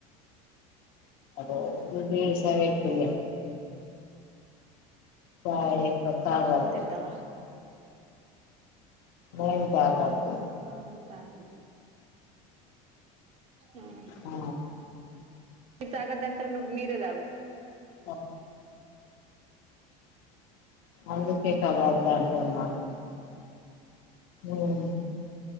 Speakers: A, on the left (about 60°); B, on the right (about 35°).
A: అంటే ఇది సావిత్రియా. చాయ్ ఎక్కువ తాగొద్దు
B: అంతే అంటావా.
A: నేను తాగాదు పోయి.
B: అవును తాగదు ఉమ్.
A: ఆ
B: మీరు తాగొద్దంటరు నువ్ మీరే తాగుతారు.
A: ఆహ్. అందుకే కదా అలా అంటున్నా. ఉమ్.